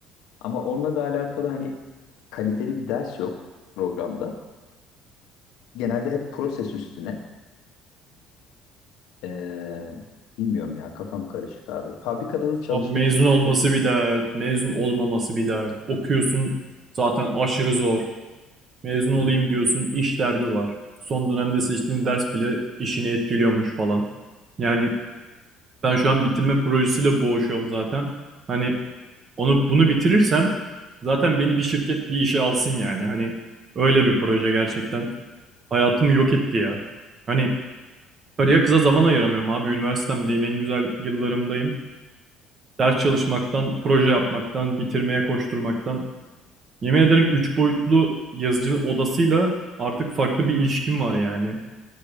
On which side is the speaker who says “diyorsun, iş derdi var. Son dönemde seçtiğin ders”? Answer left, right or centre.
Right